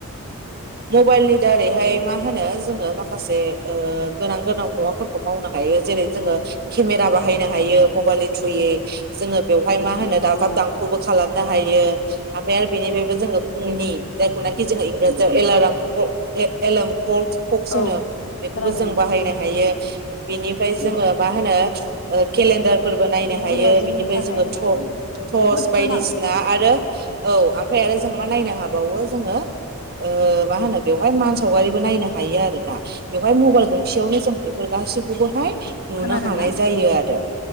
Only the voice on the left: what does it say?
औ
औ नोंथां
औ
खोनादों
नोंथां
दे खोनादों
मबाइला
जोंनि
थाखाय
माने
जोबोद
गोनां
खोनादोंना